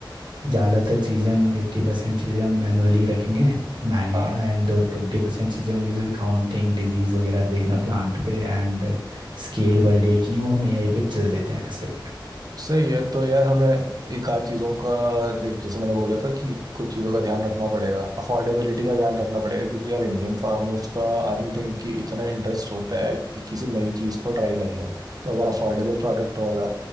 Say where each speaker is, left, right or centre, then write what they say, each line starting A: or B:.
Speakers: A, on the right; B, on the right.
A: ज़्यादातर चीज़ें हम एट्टी परसेंट चीज़ें हम मैनुअली रखेंगे नाइन
B: हाँ
A: एंड दो ट्वेंटी परसेंट चीज़ें होंगी जैसे काउंटिंग डिजीज़ वगैरह देखना प्लांट पे एंड स्केल बर्डे की नहीं वो हम एआई पे चल देते हैं शिफ्ट
B: सही है तो यार हमें एक आध चीज़ों का देख जैसे मैंने बोला था कि कुछ चीज़ों का ध्यान रखना पड़ेगा अफोर्डेबिलिटी का ध्यान रखना पड़ेगा क्योंकि यार इंडियन फार्मर्स का आई डोंट थिंक कि इतना इंटरेस्ट होता है कि किसी नई चीज़ को ट्राई कर लो तो अगर अफोर्डेबल प्रोडक्ट होगा